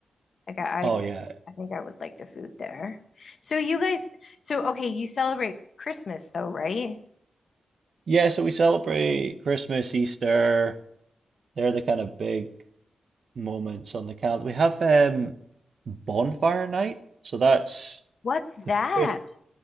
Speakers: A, on the left (about 70°); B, on the right (about 65°).
A: Like I
B: Oh
A: I, th
B: yeah.
A: I think I would like the food there. So you guys, so okay, you celebrate Christmas though, right?
B: Yeah, so we celebrate Christmas, Easter. They're the kind of big moments on the calendar. We have um bonfire night. So that's
A: What's
B: the
A: that?
B: fifth.